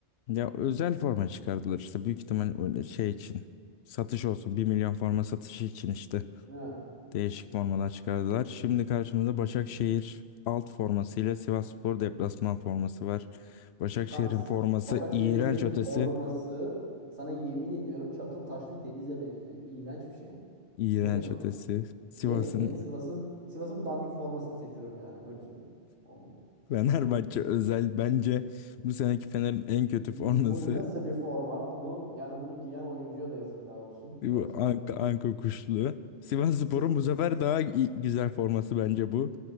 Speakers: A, on the left; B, on the right.
A: Ya özel forma çıkardılar işte büyük ihtimal öyle şey için. Satış olsun. Bir milyon forma satışı için işte.
B: He.
A: Değişik formalar çıkardılar. Şimdi karşımızda Başakşehir alt forması ile Sivasspor deplasman forması var. Başakşehir'in
B: Kanka s-
A: forması
B: Başakşehir'in
A: iğrenç ötesi.
B: forması sana yemin ediyorum çakıl taşlı denize benziyor. İğrenç bir şey.
A: İğrenç
B: Bu ne kanka?
A: ötesi. Sivas'ın
B: Net net Sivas'ın Sivas'ın bu dandik formasını seçiyorum yani öyle söyleyeyim. Olmuyor.
A: Fenerbahçe özel bence bu seneki Fener'in en kötü
B: Bu,
A: forması
B: bu nasıl bir forma? Bunu yani bunu giyen oyuncuya da yazıklar olsun.
A: bu
B: Öyle söyleyeyim.
A: Anka, Anka kuşlu. Sivasspor'un
B: Siv-
A: bu sefer
B: Siv-
A: daha i- güzel forması bence bu.